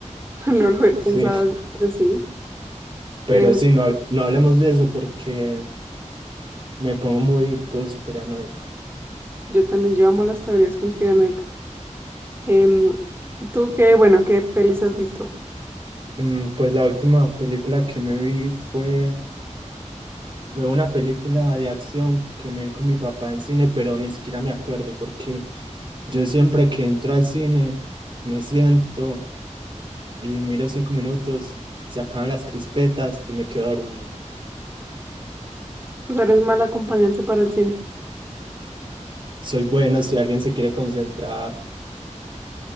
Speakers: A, on the right; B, on the right.
A: <laughs> No lo he pensado,
B: Sí, <laughs>
A: pero sí,
B: pero
A: tiene mucho.
B: sí, no, hab- no hablemos de eso porque me pongo muy conspiranoico.
A: Yo también, yo amo las teorías conspiranoicas. Em, ¿tú qué, bueno, qué pelis has visto?
B: Mm, Pues la última película que me vi fue, fue una película de acción que me vi con mi papá en cine, pero ni siquiera me acuerdo porque Yo siempre que entro al cine, me siento y miro cinco minutos, se acaban las crispetas y me quedo dormido.
A: O sea, eres mal acompañante para el cine.
B: Soy bueno si alguien se quiere concentrar,